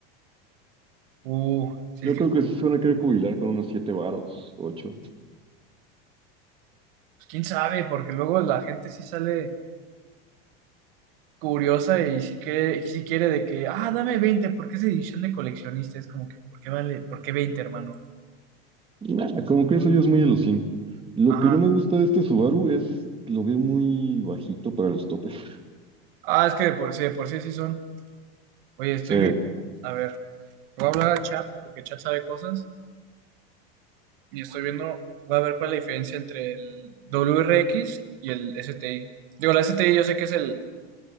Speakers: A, on the right; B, on the right.
A: Uh, sí
B: Yo
A: es que,
B: creo
A: pues,
B: que sí se van a querer jubilar con unos siete varos, ocho.
A: quién sabe, porque luego la gente sí sale. curiosa y sí quiere, sí quiere de que, ah, dame 20 porque es edición de coleccionista, es como que, ¿por qué vale? ¿Por qué veinte hermano?
B: Y nada, como que eso ya es muy alucín. Lo
A: Ajá.
B: que no me gusta de este Subaru es, lo veo muy bajito para los topes. <laughs>
A: Ah, es que de por sí, de por sí sí son. Oye, estoy
B: Sí.
A: viendo, a ver, voy a hablar a Chat, porque Chat sabe cosas, y estoy viendo, voy a ver cuál es la diferencia entre el WRX y el STI. Digo, la STI yo sé que es el,